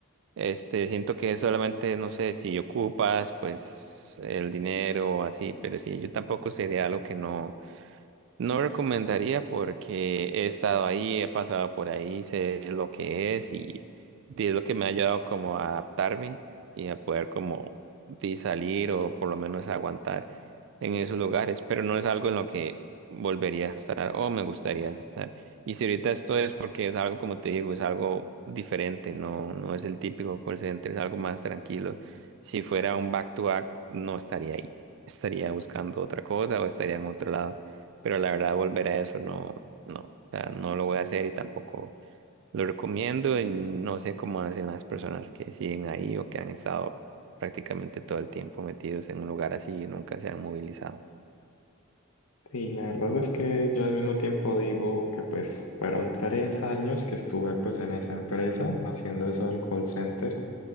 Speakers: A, on the right; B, on the left.
A: Este, siento que solamente, no sé, si ocupas, pues, el dinero o así, pero sí, yo tampoco sería algo que no. No recomendaría porque he estado ahí, he pasado por ahí, sé lo que es y di- es lo que me ha ayudado como a adaptarme y a poder como di, salir o por lo menos aguantar en esos lugares, pero no es algo en lo que volvería a estar o me gustaría estar. Y si ahorita esto es porque es algo, como te digo, es algo diferente, no, no es el típico call center, es algo más tranquilo. Si fuera un back to back, no estaría ahí, estaría buscando otra cosa o estaría en otro lado pero la verdad volver a eso no, no, o sea, no lo voy a hacer y tampoco lo recomiendo y no sé cómo hacen las personas que siguen ahí o que han estado prácticamente todo el tiempo metidos en un lugar así y nunca se han movilizado.
B: Y la verdad es que yo al mismo tiempo digo que pues fueron tres años que estuve pues en esa empresa haciendo eso del call center.